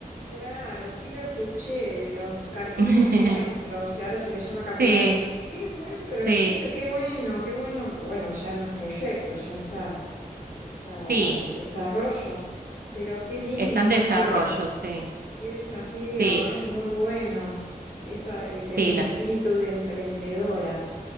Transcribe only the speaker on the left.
Claro, sí lo escuché de los carpinchos
nuestros, que ahora se le llama capibara.
Qué buen proyecto,
qué bueno, qué bueno, que bueno, ya no es proyecto, ya está, está
en desarrollo, pero qué lindo,
Marie,
qué desafío,
¿eh? Muy bueno. Esa, eh, tenés
el
espíritu de emprendedora.